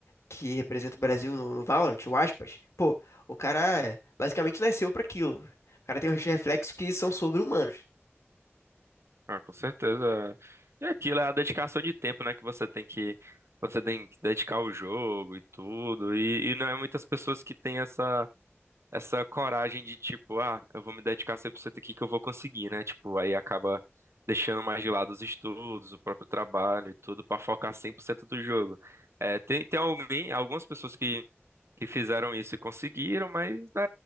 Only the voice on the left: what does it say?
que representa o Brasil no, no Valorant, o Aspas. Pô, o cara basicamente nasceu pra aquilo. O cara tem uns reflexos que são sobre-humanos.